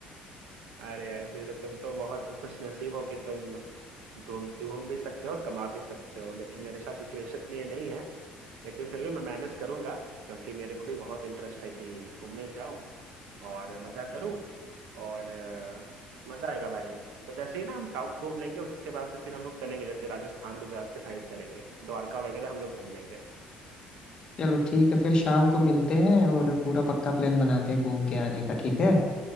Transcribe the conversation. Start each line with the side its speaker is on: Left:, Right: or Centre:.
Right: अरे यार फिर तो तुम तो बहुत खुश नसीब हो कि तुम घूम घूम भी सकते हो कमा भी सकते हो लेकिन मेरे साथ सिचुएशन ये नहीं है लेकिन फिर भी मैं मैनेज करूंगा क्योंकि मेरे को भी बहुत इंटरेस्ट है कि घूमने जाऊं और मजा करूं और अ, मजा आएगा भाई तो जैसे ही ना हम साउथ घूम लेंगे उसके बाद से फिर हम लोग चलेंगे जैसे राजस्थान गुजरात के साइड चलेंगे द्वारका वगैरह हम लोग घूम लेंगे
Left: <laughs> चलो ठीक है फिर शाम को मिलते हैं और पूरा पक्का प्लान बनाते हैं घूम के आने का ठीक है